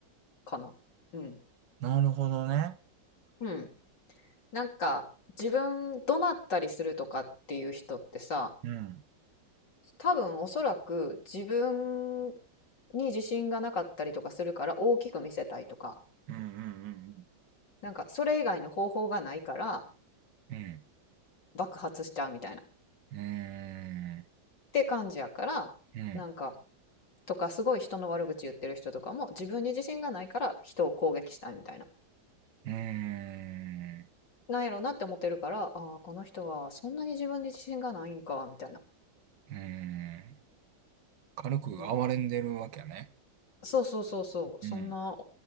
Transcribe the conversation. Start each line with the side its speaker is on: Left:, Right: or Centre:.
Left: かな。うん。
Right: なるほどね。
Left: うんなんか自分怒鳴ったりするとかっていう人ってさ
Right: うん、
Left: 多分おそらく自分に自信がなかったりとかするから大きく見せたいとか
Right: うん、うん、
Left: なんかそれ以外の方法がないから
Right: うん、うん、うん、
Left: 爆発しちゃうみたいなっ
Right: うん、
Left: て感じやからなんか
Right: うん、
Left: とかすごい人の悪口言ってる人とかも自分に自信がないから人を攻撃したいみたいな
Right: うん、
Left: なんやろうなって思ってるからああこの人はそんなに自分に自信がないんかみたいな
Right: ん。軽く哀れんでるわけやね。
Left: まあそうそうそうそう、
Right: うん。
Left: そんな